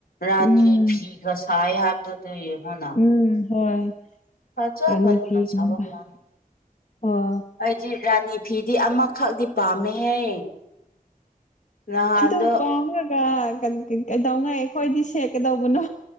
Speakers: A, on the left; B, on the left.
A: ꯔꯥꯅꯤ
B: ꯎꯝ
A: ꯐꯤꯒ ꯁꯥꯏ ꯍꯥꯏꯕ ꯑꯗꯨ ꯌꯦꯃꯣꯅꯥ
B: ꯎꯝ ꯍꯣꯏ
A: ꯐꯖ
B: ꯔꯥꯅꯤ
A: ꯐꯖꯅ
B: ꯐꯤꯒꯨꯝꯕ
A: ꯁꯕꯥ ꯃꯥꯜꯂꯤ
B: ꯑꯣ
A: ꯑꯩꯗꯤ ꯔꯥꯅꯤ ꯐꯤꯗꯤ ꯑꯃꯈꯛꯗꯤ ꯄꯥꯝꯃꯦꯍꯦ ꯅꯍꯥꯟꯗꯣ
B: ꯑꯗꯨ ꯄꯥꯎꯈꯒ ꯀꯩꯗꯧꯉꯥꯏ ꯑꯩꯈꯣꯏꯗꯤ ꯁꯦꯠꯀꯗꯧꯕꯅꯣ